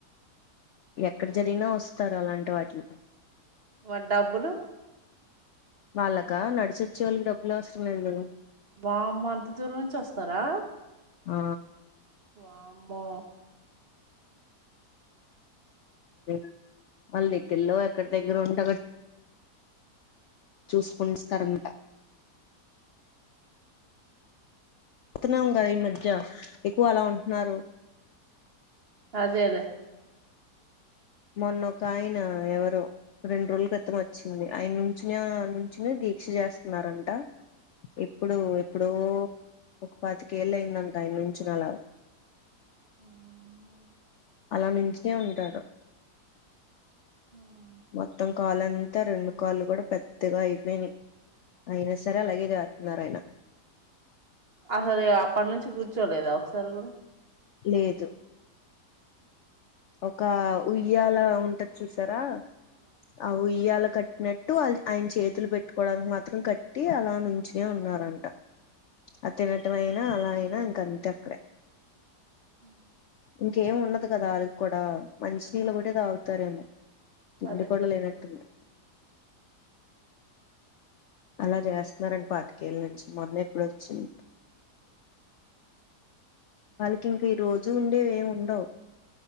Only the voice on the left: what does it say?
ఎక్కడ జరిగినా వస్తారు అలాంటి వాటికి
వాళ్ళకా నడిచొచ్చే వాళ్ళకి డబ్బులు అవసరం లేదు లే
ఆ
అదే గా వాళ్ళ దగ్గరి లో ఎక్కడో దగ్గర ఉంట క చూసుకొనిస్తారంట తున్నాము కదా ఈ మధ్య ఎక్కువ అలా ఉంటున్నారు
మొన్నొ ఒక ఆయన ఎవరో రెండు రోజుల క్రితం వచ్చింది ఆయన నుంచిన నుంచి ది దీక్ష చేస్తున్నారంట ఇప్పుడు ఎప్పుడో ఒక పాతికేళ్ళ అయిందంట ఆయన నుంచ్చునీ అలా
అలా నుంచనే ఉంటాడు
మొత్తం కాళ్లంతా రెండు కాళ్లు కూడా పెద్దగా అయిపోయినాయి అయినా సరే అలగే జతున్నారాయన
లేదు ఒక ఉయ్యాల ఉంటది చూసారా ఆ ఉయ్యాల కట్టినట్టు వాళ్ళు ఆయన చేతులు పెట్టుకోవడానికి మాత్రం కట్టి అలా నుంచనే ఉన్నారంట అ తినటం అయినా అలా అయినా ఇంక అంత అక్కడే
ఇంకేం ఉండదు కదా వాళ్ళకి కూడా మంచినీళ్ళ కూడా తాగుతారేమో తిండి
కూడ లేనటుంది అలా చేస్తున్నారండి పాతికేళ్ల నుంచి మొన్న ఎప్పుడొచ్చింది వాళ్ళకి ఇంక ఈ రోజు ఉండేవి ఏమి ఉండవు